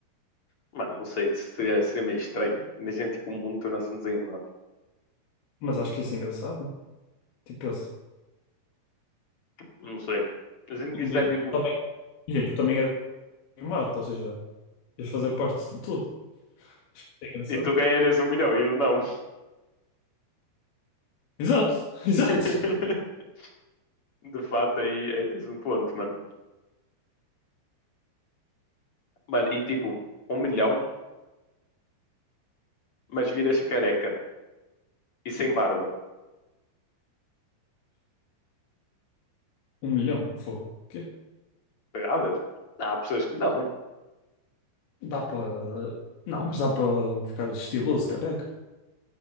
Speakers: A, on the left; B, on the left.
A: Mano, não sei, seria, seria meio estranho. Imagina, tipo, um mundo tornar-se um desenho animado.
B: Mas acho que isso é engraçado. Tipo, pensa.
A: Não sei. Imagina que
B: Também
A: isto é tipo,
B: Imagina, tu também eras animado, ou seja, ias fazer parte de tudo. Acho que é engraçado.
A: e tu ganharias um milhão e eu não.
B: Exato, <laughs> exato.
A: <laughs> De fato, aí, aí tens um ponto, mano. Mano, e tipo, um milhão, mas viras careca e sem barba.
B: Um milhão, fogo. O quê?
A: Pegavas? Há pessoas que não.
B: Dá para. Não, mas dá para ficar estiloso, careca.